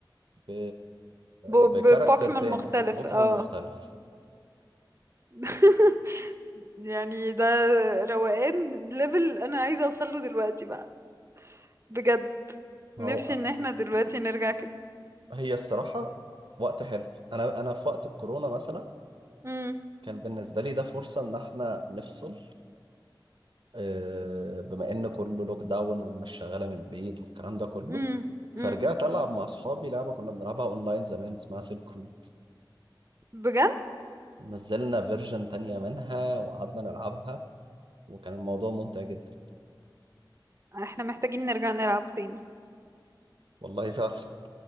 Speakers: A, on the right; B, on the right.
A: ب...
B: ب-
A: بكاركتر
B: ببوكيمون
A: تاني
B: مختلف
A: بوكيمون
B: اه
A: مختلف
B: <laughs> يعني ده روقان ليفل انا عايزه اوصل له دلوقتي بقى بجد
A: ما
B: نفسي
A: هو
B: ان احنا دلوقتي نرجع كده
A: هي الصراحة وقت حلو انا انا في وقت الكورونا مثلا
B: امم
A: كان بالنسبة لي ده فرصة ان احنا نفصل آه، بما ان كله لوك داون والناس شغاله من البيت والكلام ده كله
B: امم
A: فرجعت
B: امم
A: العب مع اصحابي لعبه كنا بنلعبها اونلاين زمان اسمها سيلك رود
B: بجد
A: نزلنا فيرجن تانية منها وقعدنا نلعبها وكان الموضوع ممتع جدا
B: احنا محتاجين نرجع نلعب تاني
A: والله فعلا